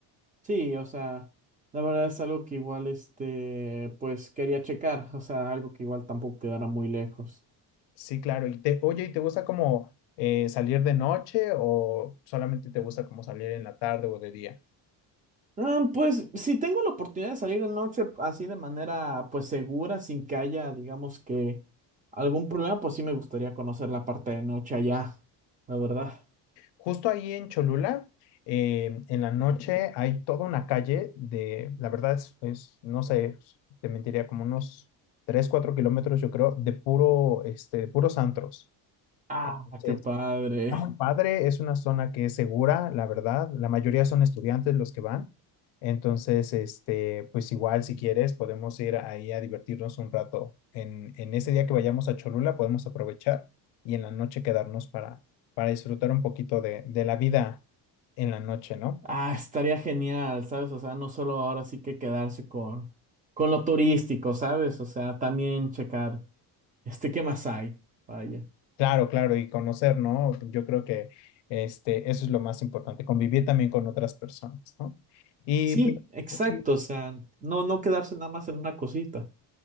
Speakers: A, on the right; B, on the left.
A: Sí, o sea, la verdad es algo que igual, este, pues quería checar, o sea, algo que igual tampoco quedara muy lejos.
B: Sí, claro. Y te, oye, ¿y te gusta como eh, salir de noche o solamente te gusta como salir en la tarde o de día?
A: Ah, pues si tengo la oportunidad de salir de noche así de manera, pues segura, sin que haya, digamos que algún problema, pues sí me gustaría conocer la parte de noche allá, la verdad.
B: Justo ahí en Cholula, eh, en la noche hay toda una calle de, la verdad es, es, no sé, te mentiría, como unos 3, 4 kilómetros, yo creo, de puro, este, de puros antros.
A: Ah,
B: Entonces,
A: qué padre.
B: Está muy padre, es una zona que es segura, la verdad. La mayoría son estudiantes los que van. Entonces, este, pues igual si quieres, podemos ir ahí a divertirnos un rato. En, en ese día que vayamos a Cholula, podemos aprovechar y en la noche quedarnos para, para disfrutar un poquito de, de la vida en la noche, ¿no?
A: Ah, estaría genial, ¿sabes? O sea, no solo ahora sí que quedarse con, con lo turístico, ¿sabes? O sea, también checar, este, ¿qué más hay? Vaya.
B: Claro, claro, y conocer, ¿no? Yo creo que este, eso es lo más importante, convivir también con otras personas, ¿no? Y
A: Sí,
B: pues,
A: exacto,
B: sí,
A: o sea, no, no quedarse nada más en una cosita.